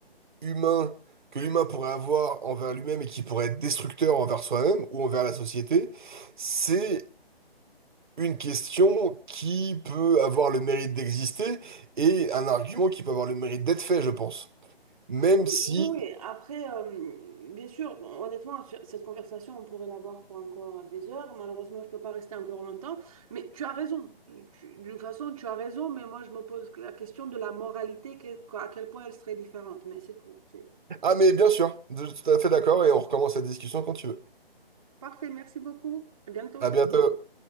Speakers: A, on the right; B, on the right.
A: humains que l'humain pourrait avoir envers lui-même et qui pourraient être destructeurs envers soi-même ou envers la société, c'est une question qui peut avoir le mérite d'exister et un argument qui peut avoir le mérite d'être fait, je pense. Même
B: Oui,
A: si...
B: oui. oui. Après, euh, bien sûr, bon, honnêtement, sur cette conversation, on pourrait l'avoir pour encore des heures. Malheureusement, je ne peux pas rester encore longtemps. Mais tu as raison. Tu- d'une façon, tu as raison, mais moi, je me pose la question de la moralité, que- à quel point elle serait différente. Mais c'est tout. C'est-
A: Ah mais bien sûr, je suis tout à fait d'accord et on recommence la discussion quand tu veux.
B: Parfait, merci beaucoup. À bientôt.
A: À bientôt.